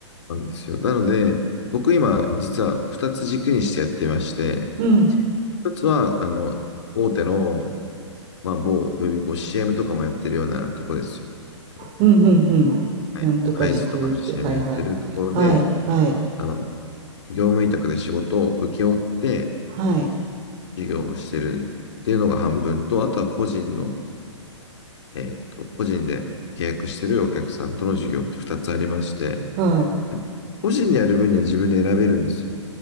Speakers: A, on the left; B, on the right.
A: なんですよ。なので、僕今、実は2つ軸にしてやってまして、
B: うん、
A: 1つは、あの、大手のまあ、某予備校、CM とかもやってるようなとこですよ。あの
B: うん、うん、うん。
A: はい。
B: なんとか塾って、
A: ハイジとかの CM
B: はいはい。
A: やってるところで、
B: はい、はい、
A: あの、業務委託で仕事を請け負って
B: はい、
A: 授業をしてるっていうのが半分と、あとは個人の、えっと、個人で契約してるお客さんとの授業って2つありまして、
B: はい。
A: やっぱ個人でやる分には自分で選べるんですよ。